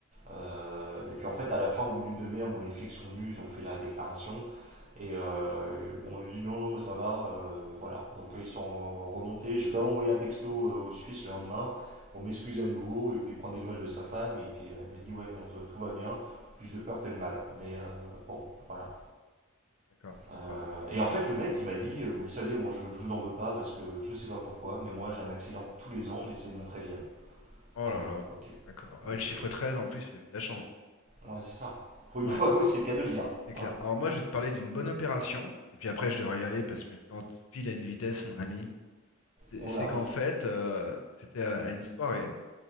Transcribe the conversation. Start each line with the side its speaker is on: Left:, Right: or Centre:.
Right: Euh, et puis, en fait, à la fin, au bout d'une demi-heure, bon, les flics sont venus, ils ont fait la déclaration. Et euh, bon, on lui dit non, non, mais ça va. euh, voilà. Donc euh, ils sont euh, remontés. J'ai quand même envoyé un texto euh, aux Suisses le lendemain pour m'excuser à nouveau et puis prendre des nouvelles de sa femme. Et puis euh, elle m'a dit ouais, non, tout va bien. Plus de peur que de mal. Mais euh, bon, voilà.
Left: D'accord.
Right: Euh,
Left: Oh là là.
Right: et en fait,
Left: ouais.
Right: le mec, il m'a dit, euh, vous savez, moi, je, je vous en veux pas parce que je sais pas pourquoi, mais moi, j'ai un accident tous les ans et c'est mon treizième
Left: Oh
Right: Ah
Left: là
Right: ouais,
Left: là.
Right: ok.
Left: D'accord. Ah
Right: Donc,
Left: ouais, le chiffre
Right: euh,
Left: 13 en plus, il a eu de la chance.
Right: ouais, c'est ça. Pour une
Left: Ouais,
Right: <laughs> fois, oui, c'est le cas de le dire.
Left: c'est clair.
Right: Ouais.
Left: Alors moi, je vais te parler d'une bonne opération. Et puis après, je devrais y aller parce que le temps file à une vitesse, mon ami. C'est
Right: Oh
Left: c'est
Right: là
Left: qu'en
Right: oui.
Left: fait, euh, c'était à à une soirée